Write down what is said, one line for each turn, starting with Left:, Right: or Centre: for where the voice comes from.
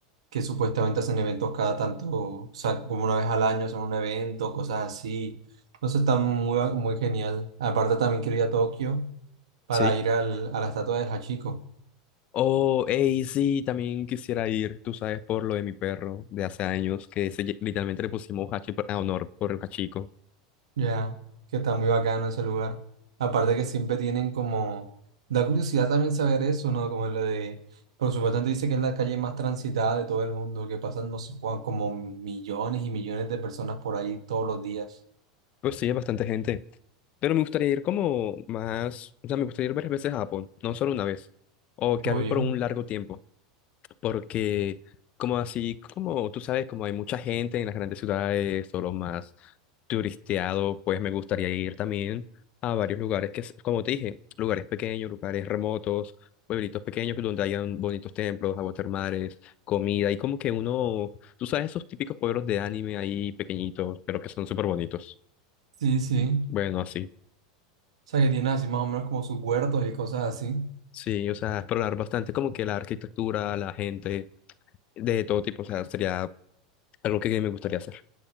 Right: que supuestamente hacen eventos cada tanto, o sea, como una vez al año hacen un evento, cosas así. Entonces, está muy, muy genial. Aparte, también quiero ir a Tokio para
Left: Sí.
Right: ir al, a la estatua de Hachiko.
Left: Oh, hey, sí, también quisiera ir, tú sabes, por lo de mi perro de hace años, que se lle- literalmente le pusimos Hachi por- a honor por el Hachico.
Right: Ya, que está muy bacano ese lugar. Aparte que siempre tienen como... Da curiosidad también saber eso, ¿no? Como lo de... Por supuesto, antes dice que es la calle más transitada de todo el mundo, que pasan, no sé, cua- como millones y millones de personas por ahí todos los días.
Left: Pues sí, es bastante gente. Pero me gustaría ir como más, o sea, me gustaría ir varias veces a Japón, no solo una vez, o quedarme
Right: Oye.
Left: por un largo tiempo. Porque, como así, como tú sabes, como hay mucha gente en las grandes ciudades o lo más turisteado, pues me gustaría ir también a varios lugares que, es- como te dije, lugares pequeños, lugares remotos, pueblitos pequeños donde hayan bonitos templos, aguas termales, comida y como que uno, tú sabes, esos típicos pueblos de anime ahí pequeñitos, pero que son súper bonitos.
Right: Sí, sí.
Left: Bueno, así.
Right: O sea, que tiene así más o menos como sus huertos y cosas así.
Left: Sí, o sea, explorar bastante como que la arquitectura, la gente, de todo tipo, o sea, sería algo que me gustaría hacer.